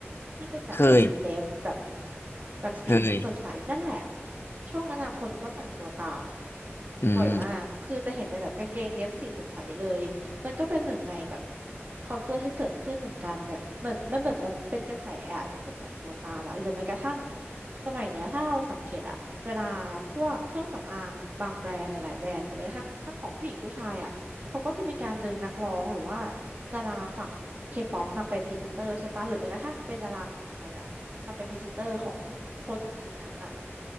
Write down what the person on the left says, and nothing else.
เคย
เคย
อืม